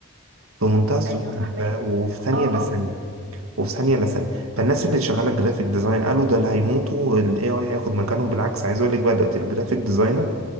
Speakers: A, on the right; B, on the right.
A: بمنتهى السهوله
B: ايوه فاهماك
A: ف- وفي ثانيه
B: اه
A: لثانيه
B: اه
A: وفي ثانيه لثانيه فالناس اللي شغاله جرافيك ديزاين قالوا ده اللي هيموتوا الاي اي هياخد مكانهم بالعكس عايز اقول لك بقى دلوقتي الجرافيك ديزاينر